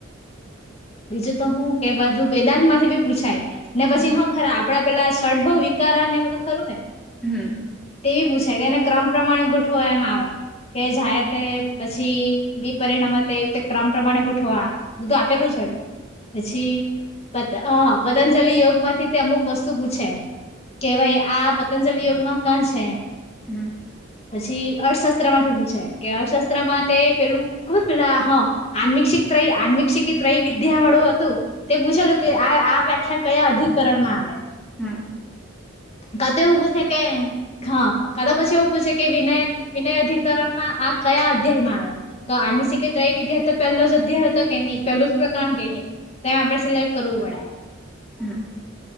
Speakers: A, on the left; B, in the centre.
A: બીજું તો હું ક બાધું વેદાંત માંથી બી પૂછાય ને પછી
B: હમ
A: હા ખરા. આપડા પેલા શર્ટ બઉ વિકારા ને એ બધું ખરું ને.
B: હમ.
A: એવી પૂછાય તેને ક્રમ પ્રમાણે ગોઠવો એમ આવે કે જાય તે. પછી બી પરિણામ તે ક્રમ પ્રમાણે ગોઠવા બધું આપેલું જ હોય. પછી <unintelligible> પતંજલિ યોગ માંથી તે અમુક વસ્તુ પૂછે. કે ભાઈ આ પતંજલ યયોગમાં <unintelligible> છે.
B: હમ.
A: પછી અર્થશાસ્ત્ર માંથી પૂછે કે અર્થશાસ્ત્રમાં તે પેલું ખબર પેલા <unintelligible> <unintelligible> વિદ્યા વાળું હતું તે પૂછેલું કે આ. <unintelligible> કયા અધિકરણ માં આવે.
B: હા <unintelligible>
A: કતે ઉ બુ થ કે હા કા તો પછી એવું પૂછે કે વિનય વિનય અધિકરણમાં આ કયા અધ્યાય માં આવે તો આનુ શિકે ત્રય વિદ્યાર પહેલો જ અધ્ય તો કે નહી પેલું જ પ્રકરણ કે નહી એમ આપડે સિલેક્ટ કરવું પડે એમ.
B: હમ